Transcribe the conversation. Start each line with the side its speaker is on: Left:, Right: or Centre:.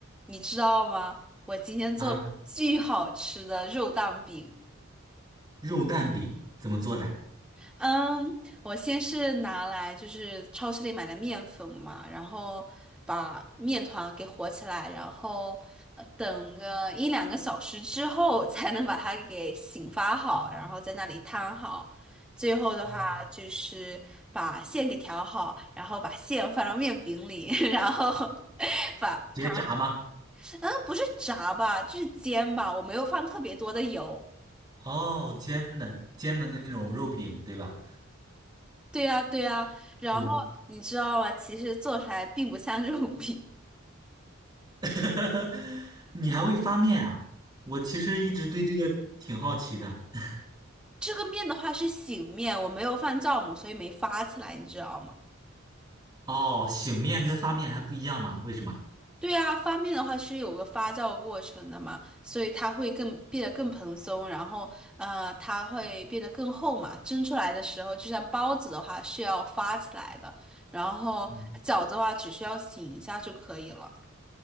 Centre: 你知道吗？我今天做了巨好吃的肉蛋饼。
Right: 啊，肉蛋饼怎么做的？
Centre: 嗯，我先是拿来就是超市里买的面粉嘛，然后把面团给和起来，然后呃等个一两个小时之后才能把它给醒发好，然后在那里摊好。最后的话就是把馅给调好，
Right: 哦，
Centre: 然后把馅放到面饼里，<laughs> 然后 <laughs> 把它。
Right: 直接炸吗？
Centre: 嗯，不是炸吧，就是煎吧，我没有放特别多的油。
Right: 哦，煎的煎的那种肉饼，对吧？
Centre: 对呀，对呀，然后你知道吗？
Right: 对，
Centre: 其实做出来并不像 <laughs> 肉饼。
Right: <laughs> 你还会发面啊？我其实一直对这个挺好奇的。<laughs>
Centre: 这个面的话是醒面，我没有放酵母，所以没发起来，你知道吗？
Right: 哦，醒面跟发面还不一样吗？为什么？
Centre: 对啊，发面的话是有个发酵过程的嘛，所以它会更变得更蓬松，然后呃，它会变得更厚嘛。蒸出来的时候，就像包子的话是要发起来的，然后饺子的话只需要醒一下就可以了。
Right: 嗯，